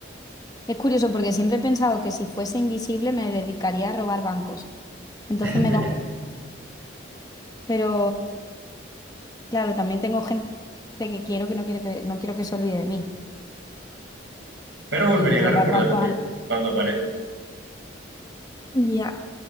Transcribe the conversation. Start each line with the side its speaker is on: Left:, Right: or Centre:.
Left: Es curioso porque siempre he pensado que si fuese invisible me dedicaría a robar bancos. Entonces
Right: <laughs>
Left: me da... Pero Claro, también tengo gente que quiero que no quiere que no quiero que se olvide de mí.
Right: Pero volverían
Left: Y robar
Right: a recordarte
Left: bancos a lo-
Right: cuando aparezcas.
Left: Ya,